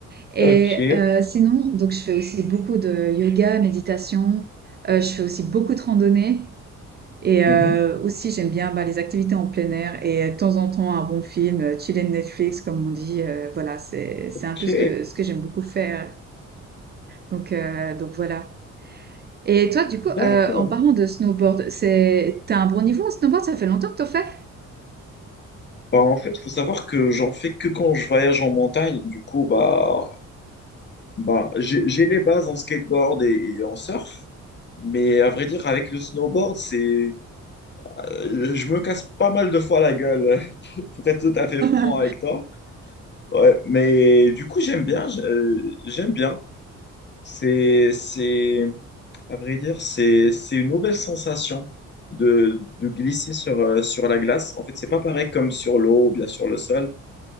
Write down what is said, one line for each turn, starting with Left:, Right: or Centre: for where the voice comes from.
Right: Et
Left: Ok.
Right: euh, sinon, donc, je fais aussi beaucoup de yoga, méditation. Euh, je fais aussi beaucoup de randonnée. Et heu,
Left: Mhm.
Right: aussi j'aime bien, bah, les activités en plein air et euh, de temps en temps un bon film, heu, chiller Netflix comme on dit, heu, voilà, c'est c'est
Left: Ok.
Right: un peu ce que ce que j'aime beaucoup faire. Donc heu, donc voilà. Et toi du coup,
Left: D'accord.
Right: heu, en parlant de snowboard, c'est t'as un bon niveau en snowboard? Ça fait longtemps que t'en fais?
Left: Bah, en fait, faut savoir que j'en fais que quand je voyage en montagne. Du coup, bah, bah, j'ai j'ai les bases en skateboard et, et en surf. Mais à vrai dire, avec le snowboard, c'est, euh, je me casse pas mal de fois la gueule, <laughs> pour pour être tout à fait franc
Right: <laughs>
Left: avec toi. Ouais, mais du coup, j'aime bien, j'- euh, j'aime bien. C'est, c'est, à vrai dire, c'est, c'est une nouvelle sensation de, de glisser sur, euh, sur la glace. En fait, c'est pas pareil comme sur l'eau ou bien sur le sol.